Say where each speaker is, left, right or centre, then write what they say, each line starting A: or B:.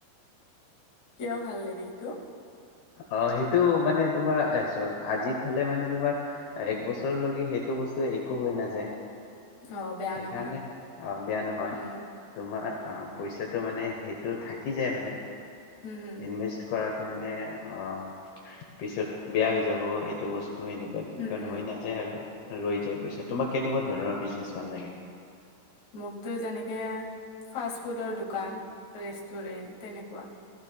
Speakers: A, on the left (about 55°); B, on the left (about 85°).
A: কিয় ভাল লাগে সেইটো?
B: অ', সেইটো মানে তোমাৰ এজ আজিত হলে মানে তোমাৰ এক বছৰলেগি সেইটো। এইটো বস্তু একো হৈ নাযায়।
A: অ', বেয়া
B: সেইকাৰণে,
A: নহয়,
B: আহ বেয়া নহয়।
A: উম,
B: তোমাৰ
A: উম,
B: আহ পইচাটো মানে? সেইটো থাকি যায় মানে।
A: উম, হুম।
B: ইনভেষ্ট কৰাত। তো মানে অ', পিছত বেয়া হৈ যাব, এইটো বস্তু। ধৰ এনেকুৱা তেনেকুৱা
A: উম, উম,
B: নহয় নাযায় আৰু ৰৈ যায়
A: উম,
B: পইচা,
A: উম।
B: তোমাক কেনেকুৱা? ধৰা, বিজনেচ ভাল লাগে।
A: মোকতো যেনেকে ফাষ্ট ফুডৰ দোকান, ৰেষ্টুৰেণ্ট তেনেকুৱা।